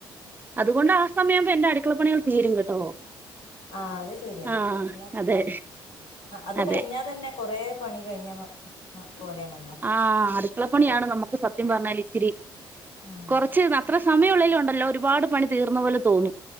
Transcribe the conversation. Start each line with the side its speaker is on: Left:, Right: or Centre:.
Right: അതുകൊണ്ട് ആ സമയാവുമ്പം എന്റെ അടുക്കളപ്പണികൾ തീരും കേട്ടോ?
Left: ആഹ് അത് ശരിയാ
Right: ആഹ്
Left: എന്നാ പിന്നെ
Right: അതെ
Left: അത്
Right: അതെ
Left: കഴിഞ്ഞാ തന്നെ കൊറേ പണി കഴിഞ്ഞ മ പോലേണല്ലോ?
Right: ആഹ് അടുക്കളപ്പണിയാണ് നമുക്ക് സത്യം പറഞ്ഞാലിച്ചിരി
Left: ഉം
Right: കൊറച്ച് ന അത്ര സമയം ഒള്ളേലും ഉണ്ടല്ലോ ഒരുപാട് പണി തീർന്ന പോലെ തോന്നും